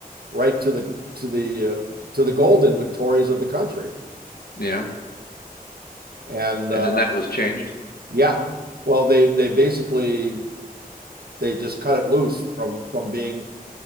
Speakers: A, on the right (about 80°); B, on the left (about 75°).
A: right to the to the uh, to the gold inventories of the country.
B: Yeah.
A: And
B: and
A: uh,
B: then that was changed.
A: yeah, well they they basically they just cut it loose from from being